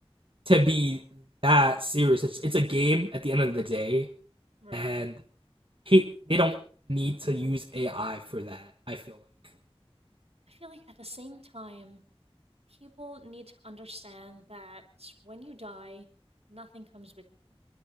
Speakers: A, on the right; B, on the right.
A: to be that serious. It's it's a game at the end of the day.
B: right.
A: and he they don't need to use AI for that. I feel like
B: I feel like at the same time, people need to understand that when you die, nothing comes with you.